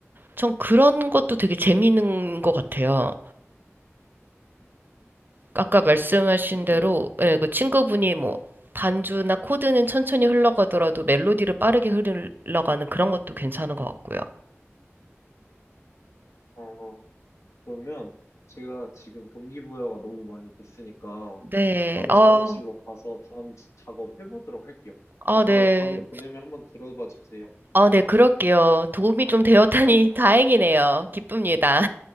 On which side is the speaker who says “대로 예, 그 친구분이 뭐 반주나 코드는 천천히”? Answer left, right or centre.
Right